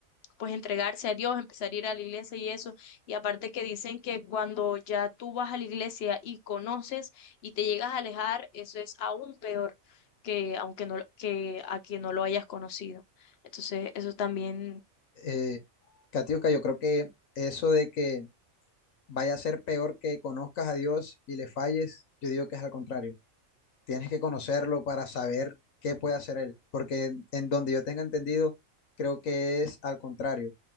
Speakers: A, on the left (about 60°); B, on the left (about 75°).
A: pues entregarse a Dios, empezar a ir a la iglesia y eso. Y aparte que dicen que cuando ya tú vas a la iglesia y conoces y te llegas a alejar, eso es aún peor que aunque no que a quien no lo hayas conocido. Entonces, eso también
B: Eh, Katiuska, yo creo que eso de que vaya a ser peor que conozcas a Dios y le falles, yo digo que es al contrario tienes que conocerlo para saber qué puede hacer él, porque en, en donde yo tenga entendido, creo que es al contrario.